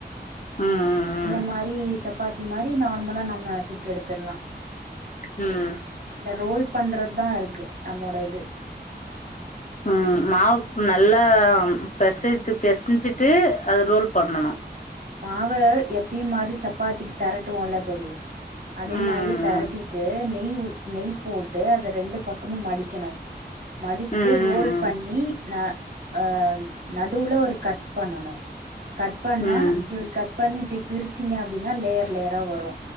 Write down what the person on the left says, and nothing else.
ம் ம்
ம்
ம் மாவு நல்லா பெசத்து பெசஞ்சிட்டு அது ரோல் பண்ணனு
ம்
ம் ம்
ம்